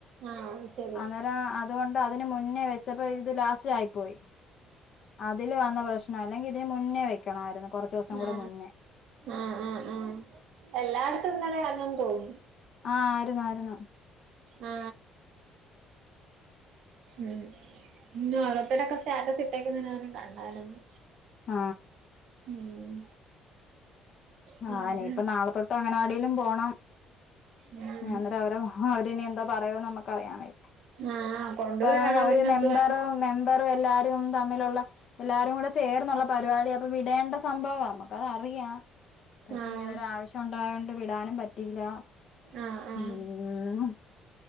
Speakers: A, on the right (about 75°); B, on the left (about 55°).
A: ആഹ് അത് ശരി
B: അന്നേരം അതുകൊണ്ട് അതിന് മുന്നേ വെ ച്ചപ്പൊ ഇത് ലാസ്റ്റ് ആയിപോയി അതില് വന്ന പ്രശ്നാ അല്ലെങ്കി ഇതിന് മുന്നേ വെക്കണമായിരുന്നു കുറച്ച് ദിവസം കൂടെ
A: ആ
B: മുന്നേ
A: ആ ആ ആ എല്ലായിടത്തും ഇന്നലെ ആയിരുന്നു തോന്നി
B: ആ ആരുന്നു ആരുന്നു
A: ആ ഉം പിന്നെ ഓരോത്തടെൊക്കെ സ്റ്റാറ്റസ് നാനും കണ്ടാലുന്നു
B: ആ
A: ഉം പിന്നെ
B: ആ നിഇപ്പ നാളെ തൊട്ട് അങ്ങനവാടിലും പോണം
A: ഉം
B: ഞ്ഞെ അന്നേരം അവരെ അവരിനി ന്താ പറയോ നമ്മക്ക് അറിയൻ വെയ്
A: ആഹ് കൊണ്ടുവരണം
B: പറഞ്ഞണക്ക് അവര്
A: പിന്നെന്തുവാ
B: മെമ്പറും മെമ്പറ് എല്ലാ തമ്മിലുള്ള എല്ലാരും കൂടെ ചേർന്നുള്ള പരിപാടി അപ്പൊ വിടേണ്ട സംഭവമാ നമ്മുക്ക അത് അറിയാം. പക്ഷെ
A: ആഹ്
B: ഇങ്ങനെ ഒരു ആവശ്യം ഉണ്ടായോണ്ട് വിടാനും പറ്റിയില്ല
A: ആഹ് ആഹ്
B: ഉം.